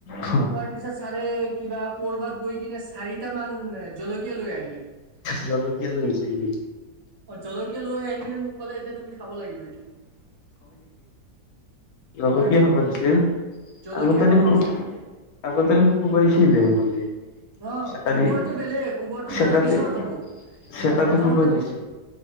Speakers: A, on the left; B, on the right.
A: হয়
B: কোৱাৰ পিছত ছাৰে, কিবা কৰবাত গৈ কিনে চাৰিটা মান জলকীয়া লৈ আহিলে।
A: জলকীয়া লৈ আহিছে নেকি।
B: জলকীয়া লৈ আহি কিনে মোক ক'লে, এতিয়া তুমি খাব লাগিব এইটো।
A: লগত
B: হয়তো
A: কি খাব দিছিল।
B: জলকীয়া
A: আগতে
B: খাব
A: দেখোন,
B: দিছে তেতিয়া।
A: আগতে দেখোন, কোবাইছিল মানে।
B: ন
A: চেকাৰী
B: কোবোৱাটো বেলেগ কোবোৱাটো
A: চেকাতে
B: তাৰ পিছত
A: চেকাতে
B: হ'ব,
A: চেকাটো
B: এতিয়া প্ৰথমতে
A: কোবাই দিছিল
B: মোক